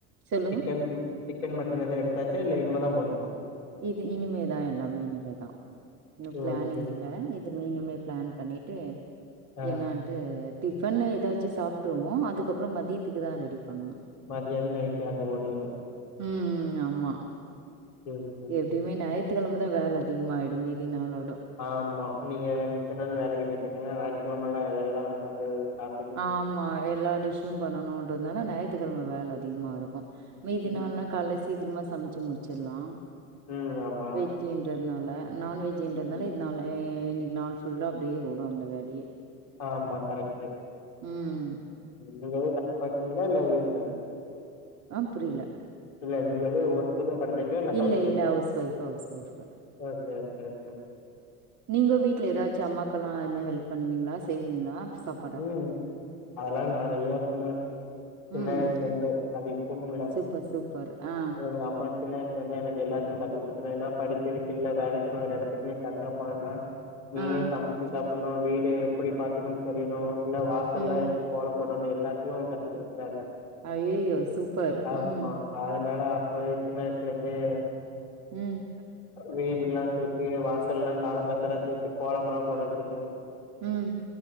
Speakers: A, on the right; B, on the left.
A: சொல்லுங்க
B: சிக்கன் சிக்கன் மட்டன் எது எடுத்தாச்சா இல்ல இனிமே தா போணுமா
A: இது இனிமேதா எல்லாமே இனிமேதா இன்னு
B: ஓ
A: பிளானிங்
B: சேரி
A: இல்ல எதுமே இனிமே பிளான் பண்ணிட்டு
B: ஆ
A: என்னன் டிஃபன் எதாச்சு சாப்ட்ருவோ அதுக்கப்பற மதியத்துக்கு தா ரெடி பண்ணணு
B: மத்தியானம் நைட்டு அது வோடிரு
A: ம் ஆமா
B: ம்
A: எப்டியுமே ஞாயித்துக்கிழம தா வேல அதிகமாயிடு மீதி நாளோடோ
B: ஆமா நீங்க மித்த நாள் வேலைக்கு போய்ட்டு வந்தீங்கன்னா ஞாயிற்றுக்கிழமெல்லா எல்லா உக்காந்து சாப்
A: ஆமா எல்லா டிஷ்ஷீ பண்ணனுன்றதுனால ஞாயித்துக்கிழமை வேல அதிகமா இருக்கு மீதி
B: ம்,
A: நாள்னா
B: ம்.
A: காலையில சீக்கிரமா சமைச்சு முடிச்சிட்லாம்
B: ம், ஆமா.
A: வெஜ் வெஜ்ன்றதுனால நான் வெஜ்ஜன்றதுனால
B: ம்.
A: இதனால இன்னைக்கு நாள் ஃபுல்லா அப்டியே ஓடு அந்த வேலையே
B: ஆமா கரெக்ட்டு
A: ம்
B: நீங்க ஏது <unintelligible> பா த்தீங்களா இல்ல வீட்ல தா
A: ஆம் புரியல
B: இல்ல நீங்க இதே ஒர்க் யெதும் பண்றிங்களா யில்ல
A: இல்ல
B: ஹவுஸ் ஒய்ஃப்
A: இல்ல ஒய்ஃப் ஹவுஸ் ஒய்ஃப்
B: ஆ சேர் சேர்
A: நீங்க வீட்ல யேதாச்சு அம்மாக்கெல்லா யென்ன ஹெல்ப் பண்ணுவீங்களா செய்வீங்களா சப்
B: ம் அதெல்லா நறையா பண்ணுவே
A: ம்
B: சின்ன வயசுலருந்து படிப்புமில்ல
A: சூப்பர் சூப்பர் ஆ
B: யெங்க அம்மா சின்ன வயசு இப்பமே எனக்கு எல்லாத்தையு கத்துக் கொடுத்துட்டேன்னா படிப்பு விட்டில்ல வேலைக்குன்னுமே ஒரு எடத்துக்குமே தனியா போனனா நீயே
A: ஆ
B: சமச்சு சாப்பிட்ணு வீடு எப்டி பாத்துக்கனு தெரியணு இல்ல வாசல்லா
A: ம்
B: எப் புடி கோலம் போட்றன்னே எல்லாத்தையு கத்து குடுத்துட்டாங்க
A: அய்யயோ சூப்பர்
B: ஆமா
A: ம்
B: அதனால அப்பவே சின்னா வய்ஸ்ல இருந்தே
A: ம்
B: வீடு எல்லா தூக்கி வாசல்லா காலங்காத்தல தூத்து கோலமெ ல்லாம் போட தெரியு
A: ம்